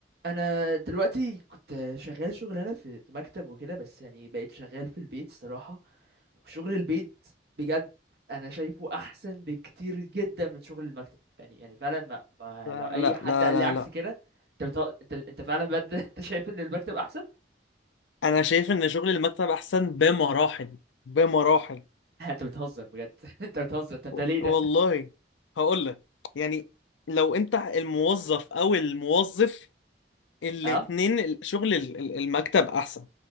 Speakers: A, on the right; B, on the left.
A: انا دلوقتي كنت شغال شغلانه في في مكتب وكده بس يعني بقيت شغال في البيت الصراحه وشغل البيت بجد انا شايفه احسن بكتير جدا من شغل المكتب يعني يعني فعلا ما, ما
B: لا
A: لو اي
B: لا
A: حد
B: لا
A: قال
B: لا
A: لي عكس
B: لا
A: كده انت بتهزر انت انت فعلا بجد <laughs> انت شايف ان المكتب احسن
B: انا شايف ان شغل المكتب احسن بمراحل بمراحل
A: <laughs> انت بتهزر بجد <laughs> انت بتهزر طب
B: و-
A: ده ليه ده
B: والله هقول لك يعني لو انت الموظف او الموظف الاتنين
A: اه
B: ال- شغل ال- ال- المكتب احسن